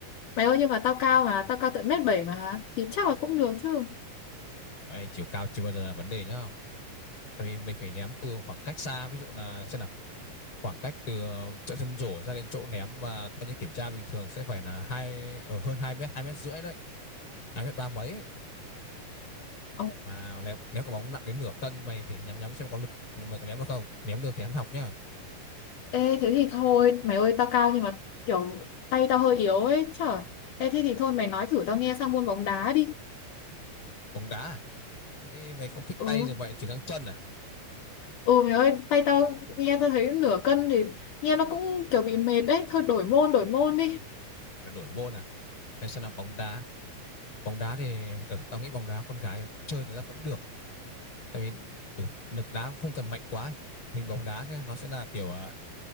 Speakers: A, on the left; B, on the left.
A: mày ơi nhưng mà tao cao mà tao cao tận mét bảy mà thì chắc là cũng được chứ
B: Đấy, chiều cao chưa bao giờ là vấn đề nhá tại vì mình phải ném từ khoảng cách xa ví dụ là xem nào khoảng cách từ ờ, chỗ chân rổ ra đến chỗ ném mà theo như kiểm tra bình thường sẽ phải là hai ở hơn hai mét hai mét rưỡi đấy hai mét ba mấy ấy.
A: Ồ,
B: mà ném ném quả bóng nặng đến nửa cân mày thì nhắm nhắm xem có lực mày có ném được không ném được thì ăn học nhá
A: ê thế thì thôi mày ơi tao cao nhưng mà kiểu tay tao hơi yếu ấy chở ê thế thì thôi mày nói thử tao nghe sang môn bóng đá đi
B: bóng đá à? thế mày không thích
A: ừ
B: tay rồi mày chuyển sang chân à
A: Ừ mày ơi, tay tao nghe tao thấy nửa cân thì nghe nó cũng kiểu bị mệt đấy, thôi đổi môn đổi môn đi.
B: đổi môn à Thế sẽ là bóng đá bóng đá thì ừ, tao nghĩ bóng đá con gái chơi thì ra vẫn được tại vì ừ, lực đá cũng không cần mạnh quá ấy. thì bóng đá sẽ, nó sẽ là kiểu ờ,